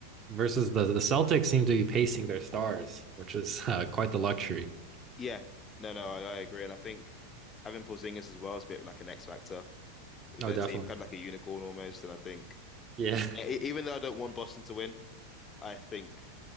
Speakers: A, on the right; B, on the left.
A: versus the the Celtics seem to be pacing their stars, which is uh, quite the luxury.
B: Yeah. No, no, I, I agree. And I think having Porzingis as well is a bit like an X factor. their
A: Oh, definitely.
B: team, kind of like a unicorn almost. And I think,
A: Yeah,
B: yeah, e- even though I don't want Boston to win, I think